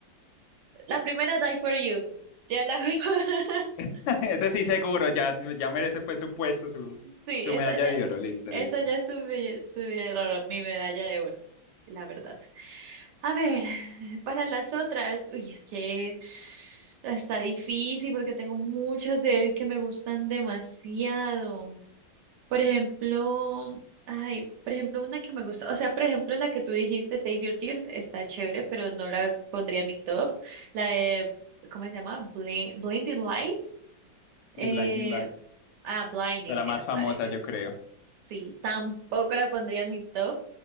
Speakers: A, on the right; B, on the left.
A: la primera Die for You, ya la... <laughs>
B: <laughs> Ese sí seguro, ya, ya merece pues su puesto, su,
A: Sí,
B: su
A: esa
B: medalla
A: ya,
B: de oro, listo,
A: esa
B: listo.
A: ya es su, belle- su- mi medalla de oro, la verdad. A ver, <laughs> <sighs> para las otras, uy, es que está difícil porque tengo muchas de él que me gustan demasiado. Por ejemplo, ay, por ejemplo, una que me gusta, o sea, por ejemplo, la que tú dijiste, Save Your Tears, está chévere, pero no la pondría en mi top. La de, ¿cómo se llama? Bli- Blinding Lights. Eh,
B: Y Blinding Lights.
A: ah, Blinding,
B: de la
A: era
B: más
A: Blinding.
B: famosa, yo creo.
A: Sí, tampoco la pondría en mi top.